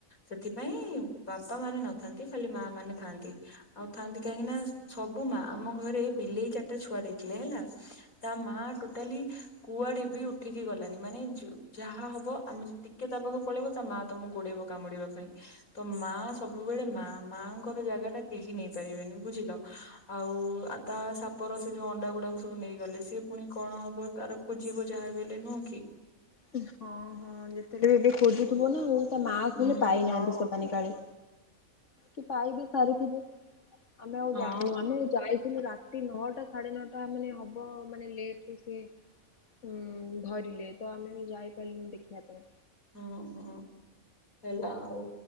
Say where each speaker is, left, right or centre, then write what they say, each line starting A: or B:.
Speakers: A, on the left; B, on the left.
A: ସେଥିପାଇଁ ବାପା ମାନେ ନଥାନ୍ତି ଖାଲି ମା ମା ମାନେ ଥାନ୍ତି ଆଉ ଥାଆନ୍ତି କାହିଁକି ନା ସବୁ ମା ଆମ ଘରେ ବିଲେଇ ଚାରିଟା ଛୁଆ ଦେଇଥିଲେ ହେଲା ତା ମା ଟୋଟାଲି କୁଆଡେ ବି ଉଠିକି ଗଲାନି ମାନେ ଜ ଯାହା ହବ ଆମେ ଯେ ଟିକେ ତା ପାଖକୁ ପଳେଇବ ତା ମା ତମକୁ ଗୋଡେଇବ କାମୁଡିବା ପାଇଁ ତ ମା ସବୁବେଳେ ମା ମା ଙ୍କର ଜାଗା ଟା କେହି ନେଇ ପାରିବେନି ବୁଝିଲ ଆଉ ତା ସାପ ର ସେ ଯୋଉଁ ଅଣ୍ଡା ଗୁଡା ସବୁ ନେଇଗଲେ ସିଏ ପୁଣି କଣ ହବ ତାର ଖୋଜିବ ଯାହା ହେଲେ ନୁହଁ କି?
B: ହଁ ହଁ ଯେତେବେଳେ ବି ଏବେ ଖୋଜୁଥିବ ନା ଆଉ ତା ମା କହିଲେ
A: ହୁଁ
B: ପାଇନାହାନ୍ତି ସେମାନେ କାଳେ କି ପାଇ ବି ସାରିଥିବେ ଆମେ ଆଉ
A: ହଁ
B: ଜାଣିନୁ ଆମେ ଯାଇଥିଲୁ ରାତି ନଅଟା ସାଢେ ନଅଟା ମାନେ ହବ ମାନେ ଲେଟ ସିଏ ହୁଁ ଧରିଲେ ତ ଆମେ ଯାଇପାରିଲୁୁ ଦେଖିବା ପାଇଁ।
A: ହଁ ହଁ। ହେଲା ଆଉ